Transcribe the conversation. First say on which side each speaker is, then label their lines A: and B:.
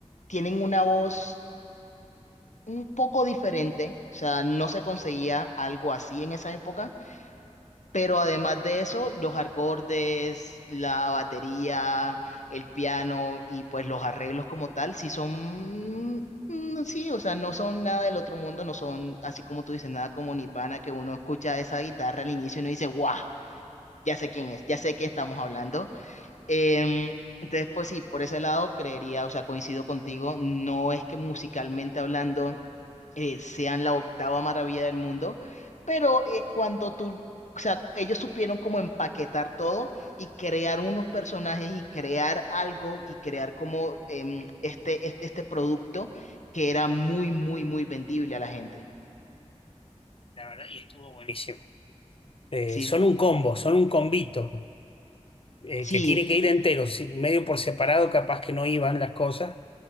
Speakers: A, on the left; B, on the left.
A: tienen una voz un poco diferente, o sea, no se conseguía algo así en esa época. Pero además de eso, los acordes, la batería, el piano y pues los arreglos como tal, sí son, mm, sí, o sea, no son nada del otro mundo, no son, así como tú dices, nada como Nirvana, que uno escucha esa guitarra al inicio y uno dice, ¡guau! Ya sé quién es, ya sé qué estamos hablando. Em, entonces, pues sí, por ese lado creería, o sea, coincido contigo, no es que musicalmente hablando eh, sean la octava maravilla del mundo, pero eh, cuando tú, o sea, ellos supieron como empaquetar todo y crear unos personajes y crear algo y crear como em, este, este, este producto que era muy, muy, muy vendible a la gente.
B: La verdad, y estuvo buenísimo. Eh,
A: Sí,
B: son un combo, son un combito. eh,
A: sí,
B: que tiene que ir entero, si- medio por separado, capaz que no iban las cosas.